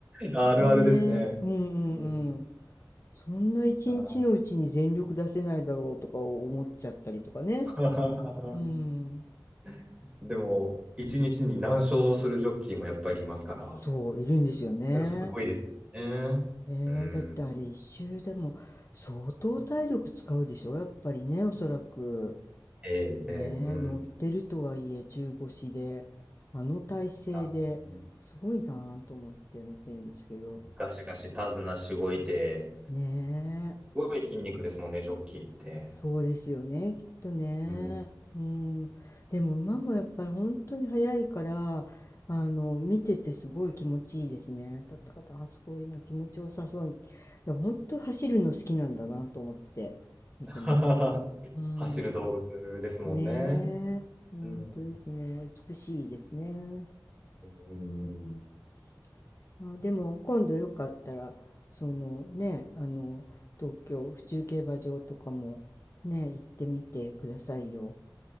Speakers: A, on the right; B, on the left.
A: あるあるですね。
B: ねえ、うんうんうん。
A: うん。
B: そんな一日のうちに全力出せないだろうとか思っちゃったりとかね。
A: あー
B: うん。
A: <laughs> でも、一日に何勝するジョッキーもやっぱりいますから、
B: そう、いるんですよね。
A: それすごいですね。
B: ねえ、
A: うん。
B: だってあれ一周でも相当体力使うでしょやっぱりね、おそらく。
A: ええ、
B: ねえ、
A: ええ、うん。
B: 乗ってるとはいえ中腰で、あの体勢ですごいなぁと思って見てるんですけど。
A: あ、本当にガシガシ手綱しごいて、
B: ね
A: すごい筋肉ですもんね、ジョッキーって。
B: そうですよね、きっとね。
A: うん。
B: うん。でも馬もやっぱり本当に速いから、あの、見ててすごい気持ちいいですね。立った方、あすごいな、気持ちよさそうに。いや、本当走るの好きなんだなと思って見てますけど。
A: <laughs>
B: うん。
A: 走る動物ですもんね。
B: ねえ、本当ですね。
A: うん。
B: 美しいですね。
A: うんう
B: うん。
A: ん
B: あ、でも今度よかったらそのねあの東京府中競馬場とかもね行ってみてくださいよ。